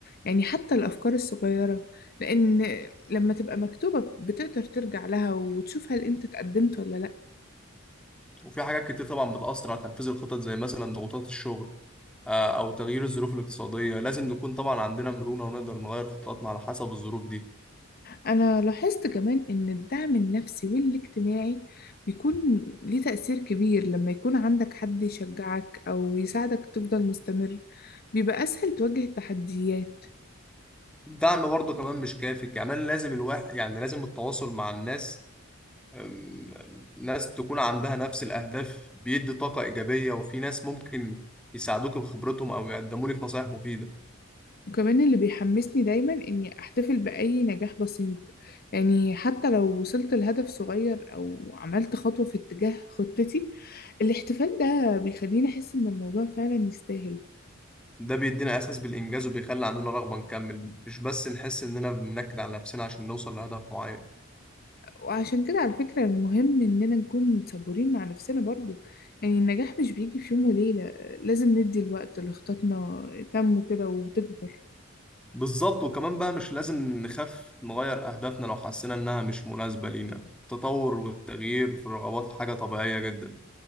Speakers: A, on the left (about 50°); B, in the centre.
A: يعني حتى الأفكار الصغيرة لأن لما تبقى مكتوبة بتقدر ترجع لها وتشوف هل أنت اتقدمت ولا لأ
B: وفي حاجات كتير طبعا بتأثر على تنفيذ الخطط زي مثلا ضغوطات الشغل آه، أو تغيير الظروف الاقتصادية لازم نكون طبعا عندنا مرونة ونقدر نغير خططنا على حسب الظروف دي
A: أنا لاحظت كمان إن الدعم النفسي والاجتماعي بيكون ليه تأثير كبير لما يكون عندك حد يشجعك أو يساعدك تفضل مستمر بيبقى أسهل تواجه التحديات
B: الدعم برضه كمان مش كافي كمان لازم الواحد يعني لازم التواصل مع الناس أم- ناس تكون عندها نفس الأهداف بيدي طاقة إيجابية وفي ناس ممكن يساعدوك بخبرتهم أو يقدموا لك نصايح مفيدة
A: وكمان اللي بيحمسني دايما إني أحتفل بأي نجاح بسيط يعني حتى لو وصلت لهدف صغير أو عملت خطوة في اتجاه خطتي الاحتفال ده بيخليني أحس إن الموضوع فعلا يستاهل
B: ده بيدينا إحساس بالإنجاز وبيخلي عندنا رغبة نكمل مش بس نحس إننا بننكد على نفسنا عشان نوصل لهدف معين
A: وعشان كده على فكرة المهم إننا نكون صبورين مع نفسنا برضو يعني النجاح مش بيجي في يوم وليلة لازم ندي الوقت لخططنا تنمو كده وتكبر
B: بالظبط وكمان بقى مش لازم نخاف نغير أهدافنا لو حسينا إنها مش مناسبة لينا التطور والتغيير في الرغبات حاجة طبيعية جدا